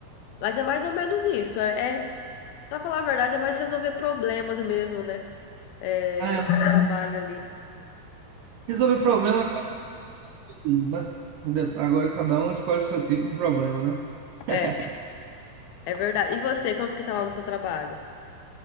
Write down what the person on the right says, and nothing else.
Ah,
resolver problema, acaba todo mundo, né? De- Agora cada um escolhe o seu tipo de problema, né? <laughs>